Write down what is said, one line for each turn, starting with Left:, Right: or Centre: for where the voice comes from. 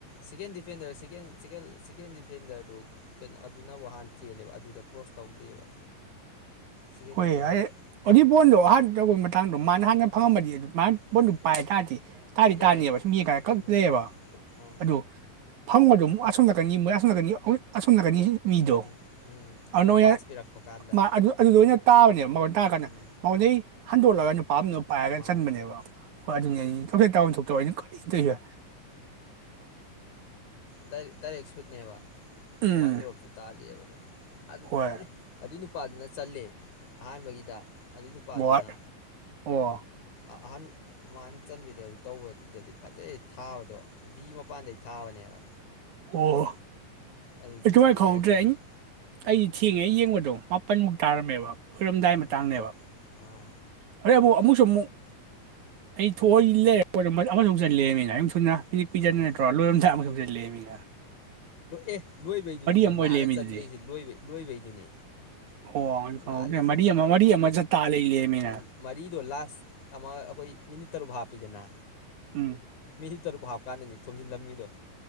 Left: ꯁꯦꯀꯦꯟ ꯗꯤꯐꯦꯟꯗꯔ ꯁꯦꯀꯦꯟ ꯁꯦꯀꯦꯟ ꯁꯦꯀꯦꯟ ꯗꯤꯐꯦꯟꯗꯔꯗꯨ ꯀꯩꯅꯣ ꯑꯗꯨꯅꯕꯨ ꯍꯥꯟꯅ ꯆꯦꯜꯂꯦꯕ ꯑꯗꯨꯗ ꯀ꯭ꯔꯣꯁ ꯇꯧꯗꯦꯕ ꯁꯦꯀꯦꯟ
Right: ꯍꯣꯏ
Left: ꯗꯤꯐꯦꯟꯗꯔꯗꯤ
Right: ꯑꯩ ꯑꯗꯨꯏ ꯕꯣꯟꯗꯣ ꯑꯍꯥꯟ ꯇꯧꯕ ꯃꯇꯥꯡꯗꯣ ꯃꯥꯅ ꯍꯥꯟꯅ ꯐꯪꯉꯝꯃꯗꯤ ꯑꯗꯨ ꯃꯥꯏꯅ ꯕꯣꯟꯗꯨ
Left: ꯎꯝ
Right: ꯄꯥꯏ ꯀꯟꯗꯤ ꯇꯥꯗꯤ
Left: ꯌꯥꯏ
Right: ꯇꯥꯅꯤꯕ ꯁꯨꯝ ꯌꯦꯡ ꯀꯥꯏ ꯀꯛ
Left: ꯎꯝ
Right: ꯍꯦꯕ
Left: ꯑꯥ
Right: ꯑꯗꯨ ꯐꯥꯟꯗꯣ ꯑꯁꯣꯝ ꯅꯀꯥꯟꯒꯤ ꯃꯣꯏ ꯑꯁꯣꯝꯀ ꯑꯁꯣꯝ ꯅꯀꯥꯟꯒꯤ ꯃꯤꯗꯣ
Left: ꯎꯝ ꯎꯝ
Right: ꯑꯅꯨꯌꯦꯠ
Left: ꯑꯗꯣ ꯄꯥꯁ ꯄꯤꯔꯛꯄ ꯀꯥꯟꯗ
Right: ꯃꯥ ꯑꯗꯨ ꯑꯗꯨ ꯂꯣꯏꯅ ꯃꯥꯑꯣꯡ ꯇꯥꯔꯀꯟꯗ
Left: ꯎꯝ
Right: ꯃꯉꯣꯟꯗꯩꯩ ꯍꯟꯗꯣꯛꯂꯒ ꯅꯨꯄꯥ ꯑꯃꯗꯨ ꯄꯥꯏꯔꯒ
Left: ꯃꯥꯅꯤ
Right: ꯆꯟꯕꯅꯦꯕ ꯍꯣꯏ ꯑꯗꯨ ꯗꯣꯛꯇꯔ ꯑꯣꯏꯅꯤ ꯀꯔꯤ ꯇꯧꯏꯁꯦ
Left: ꯗꯥꯏꯔꯦꯛ ꯗꯥꯏꯔꯦꯛ ꯁꯨꯠꯅꯦꯕ
Right: ꯎꯝ
Left: ꯋꯥꯟ ꯗ꯭ꯔꯣꯞꯁꯨ ꯇꯥꯗꯑꯕꯗꯣ ꯑꯗꯨ
Right: ꯍꯣꯏ
Left: ꯅꯜꯂꯤ ꯑꯗꯨꯅꯨ ꯅꯨꯄꯥꯗꯨꯅ ꯆꯠꯂꯦ ꯑꯍꯥꯟꯕꯒꯤꯗ ꯑꯗꯨꯏ ꯅꯨꯄꯥꯗꯨꯅ
Right: ꯃꯋꯥꯠ ꯑꯣ
Left: ꯑꯍꯟ ꯃꯥꯅ ꯆꯟꯕꯤꯗ ꯇꯧꯕꯗꯨꯗꯗꯤ ꯐꯖꯩ ꯊꯥꯕꯗꯣ ꯗꯤ ꯃꯄꯥꯟꯗꯩ ꯊꯥꯕꯅꯦꯕ
Right: ꯑꯣ
Left: ꯑꯗꯨ
Right: ꯑꯗꯨꯃꯥꯏꯅ
Left: ꯆꯞ ꯄꯥꯏꯔ
Right: ꯈꯧꯍꯧꯗ꯭ꯔꯦ
Left: ꯆꯪꯉꯤ
Right: ꯑꯩ ꯊꯦꯡꯉꯦ ꯑꯩ ꯌꯦꯡꯕꯗꯣ ꯃꯥꯄꯜ ꯃꯨꯛ ꯇꯔꯝꯃꯦꯕ ꯈꯣꯏꯔꯝꯗꯥꯏ
Left: ꯎꯝ
Right: ꯃꯇꯥꯡꯅꯦꯕ
Left: ꯑꯥ
Right: ꯍꯣꯔꯦꯟꯃꯨꯛ ꯑꯃꯨꯛꯁꯨ ꯑꯃꯨꯛ ꯑꯩ ꯊꯣꯛꯏ ꯂꯩꯔꯄ ꯑꯃꯁꯨ ꯆꯠꯜꯂꯦꯕꯃꯤꯅ ꯌꯨꯝ ꯊꯨꯅ ꯃꯤꯅꯤꯠ ꯀꯨꯏꯖꯟ
Left: ꯑꯣ
Right: ꯅꯠꯇ꯭ꯔꯣ ꯂꯣꯏꯔꯝꯗꯥ ꯑꯃꯁꯨ ꯆꯠꯂꯦꯕꯃꯤꯅ
Left: ꯑꯦ ꯂꯣꯏꯕꯩꯗꯨꯅꯤꯅꯦ
Right: ꯑꯃ
Left: ꯅꯥꯜꯂ
Right: ꯑꯣꯏ ꯂꯩꯔꯝꯃꯤꯗꯨꯗꯤ
Left: ꯆꯟꯉꯤꯁꯦ ꯂꯣꯏꯕꯩ ꯂꯣꯏꯕꯩꯗꯨꯅꯦ
Right: ꯑꯣ ꯈꯪꯍꯧꯗ꯭ꯔꯦ
Left: ꯅꯥꯜꯂꯤꯁꯦ
Right: ꯃꯔꯤ ꯑꯃ ꯃꯔꯤ ꯑꯃ ꯆꯠ ꯇꯥ ꯂꯩ ꯂꯩꯔꯝꯃꯤꯅ
Left: ꯎꯝ ꯃꯔꯤꯗꯣ ꯂꯥꯁ ꯑꯃ ꯑꯩꯈꯣꯏ ꯃꯤꯅꯤꯠ ꯇꯔꯨꯛ ꯍꯥꯞꯄꯤꯗꯅ
Right: ꯎꯝ
Left: ꯑꯅꯤ ꯇꯔꯨꯛ ꯍꯥꯞꯀꯥꯟꯗꯅꯤ ꯊꯣꯝꯖꯤꯜꯂꯝꯃꯤꯗꯣ